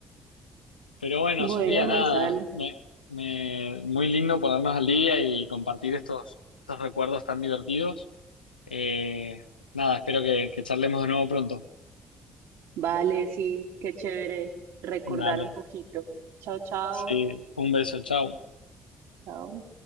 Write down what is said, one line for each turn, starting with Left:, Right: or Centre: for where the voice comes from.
Left: Pero bueno,
Right: Bueno,
Left: Sofía,
Right: Gonzalo.
Left: nada, me, me- muy lindo ponernos al día y compartir estos, estos recuerdos tan divertidos. Eh, nada, espero que, que charlemos de nuevo pronto.
Right: Vale, sí, qué chévere recordar
Left: Dale,
Right: un poquito. Chao, chao.
Left: sí, un beso, chao.
Right: Chao.